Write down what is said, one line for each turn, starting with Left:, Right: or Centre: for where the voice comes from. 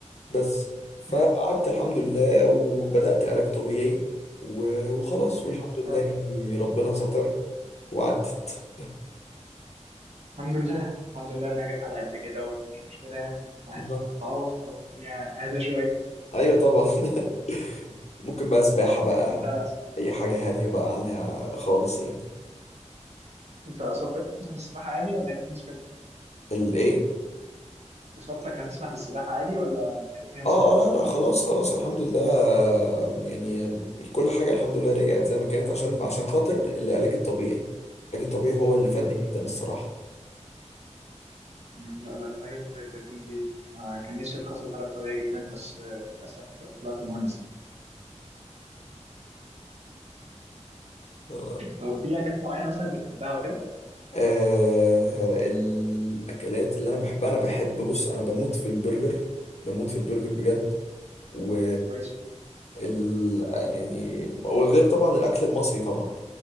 Left: بس فقعدت
Right: مم.
Left: الحمد لله وبدأت علاج طبيعي و- وخلاص
Right: مم.
Left: والحمد لله
Right: يلا.
Left: يعني ربنا ستر وعدت
Right: الحمد لله الحمد لله انها جت على قد كده ومش مشكله يعني عادي
Left: آه.
Right: تتعوض في هوايه تانيه اهدى شويه
Left: ايوه طبعا <laughs> ممكن بقى سباحة بقى
Right: انت
Left: اي حاجة هادية بقى عليها خالص يعني
Right: انت اصابتك في السباحه عادي ولا هيبقى فيها مشكله؟
Left: الايه
Right: اصابتك هتسمح بالسباحه عادي ولا هيبقى فيها مشكله؟
Left: اه آه، لا لا خلاص خلاص الحمد لله يعني كل حاجة الحمد لله رجعت زي ما كانت عشان عشان خاطر العلاج الطبيعي العلاج الطبيعي هو اللي فادني
Right: مم.
Left: جدا الصراحة
Right: مم، لا لا العلاج الطبيعي بجد مفيد ما كان نفسي اتخصص علاج طبيعي جدا بس آه، للأسف طلعت مهندس
Left: <laughs>
Right: طب في أكلات معينة مثلا بتحبها وكده؟
Left: آه الاكلات اللي انا بحبها انا بحب بص انا بموت في البرجر بموت في البرجر بجد
Right: مم،
Left: و
Right: كويس
Left: ال يعني وغير طبعا الاكل المصري طبعا